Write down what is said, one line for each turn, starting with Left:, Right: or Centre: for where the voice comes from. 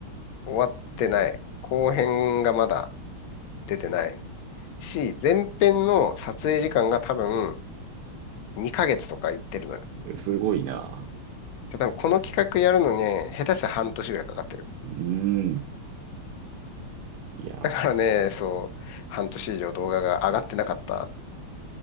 Left: 終わってない。後編がまだ出てない。し、前編の撮影時間が多分2ヶ月とかいってるのよ。
Right: すごいな。
Left: で多分この企画やるのに下手したら半年ぐらいかかってる。
Right: うーん。いや
Left: だからね、そう、半年以上動画が上がってなかった。